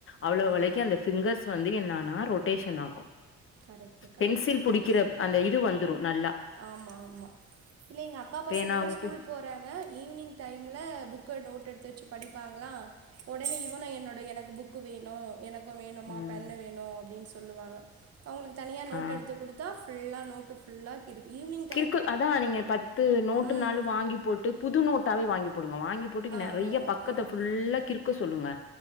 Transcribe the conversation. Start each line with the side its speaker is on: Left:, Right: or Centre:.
Left: அவ்ளோ
Right: ஆ
Left: வலைக்கி அந்த ஃபிங்கர்ஸ் வந்து என்னானா ரொட்டேஷன் ஆகு
Right: கரக்டுக்கா
Left: பென்சில் புடிக்கிற
Right: ஏ
Left: அந்த இது வந்துரு நல்லா
Right: ஆமா ஆமா இல்ல எங்க அக்கா பசங்களு
Left: பேனாவு
Right: ஸ்கூல்ப்
Left: பெ
Right: போறாங்க ஈவ்னிங் டைம்ல புக்க நோட் எடுத்து வச்சு படிப்பாங்களா ஒடனே இவனு என்னோடய எனக்கு புக்கு வேணு எனக்கு வேணும்மா
Left: ம்
Right: பெண்ணு வேணு அப்டின் சொல்லுவாக அவங்களுக்கு தனியா நோட்
Left: ஆ
Right: எடுத்து குடுத்தா ஃபுல்லா நோட்டு் ஃபுல்லா கிருக் ஈவ்னிங்
Left: கிருக்குள் அதா நீங்க பத்து நோட்டு
Right: ம்
Left: நாலு வாங்கி போட்டு புது நோட்டாவே வாங்கி போடுங்க வாங்கிப் போட்டுக்கு
Right: ஆ
Left: நறைய
Right: ஓகே
Left: பக்கத்த
Right: ஓகே
Left: ஃபுல்லா கிறு க்கு சொல்லுங்க